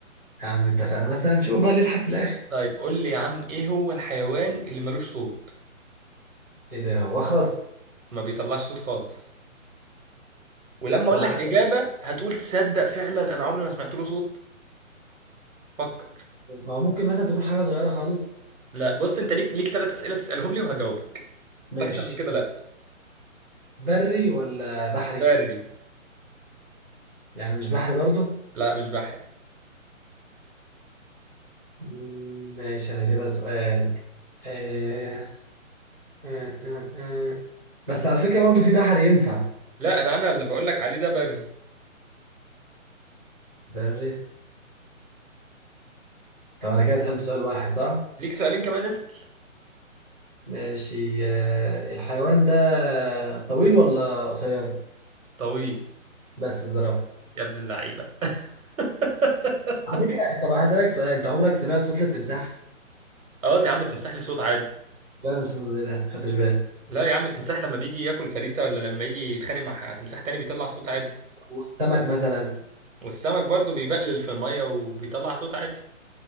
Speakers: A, in the centre; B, on the right (about 80°).
A: يا عم اتفقنا مثلا نشوف بقى اللي يضحك في الاخر
B: طيب قول لي يا عم ايه هو الحيوان اللي ملوش صوت
A: ايه ده هو اخرس
B: ما بيطلعش صوت خالص ولما اقول
A: ولا
B: لك
A: حتى
B: الاجابه هتقول تصدق فعلا انا عمري ما سمعت له صوت فكر
A: ما هو ممكن مثلا تكون حاجة صغيرة خالص
B: لا بص انت ليك ليك ثلاث اسئله تسالهم لي وهجاوبك
A: ماشي
B: اكتر من كده لا
A: بري ولا بحري
B: بري
A: يعني مش بحري برضه
B: لا مش بحري
A: مم، ماشي انا كده سؤال آه آه آه آه. بس على فكرة برضه في بحر ينفع
B: لا انا انا اللي بقول لك عليه ده بري
A: بري طب انا كده سألت سؤال واحد صح
B: ليك سؤالين كمان اسال
A: ماشي آه، الحيوان ده طويل ولا قصير
B: طويل
A: بس الزرافة
B: يا ابن اللعيبه <laughs>
A: على فكرة طب هسألك سؤال انت عمرك سمعت صوت التمساح
B: اه يا عم التمساح ليه صوت عادي
A: بعمل صوت زي ده خدتش بالك
B: لا يا عم التمساح لما بيجي ياكل فريسه ولا لما يجي يتخانق مع تمساح تاني بيطلع صوت عادي
A: والسمك مثلا
B: والسمك برضه بيبقلل في الميه وبيطلع صوت عادي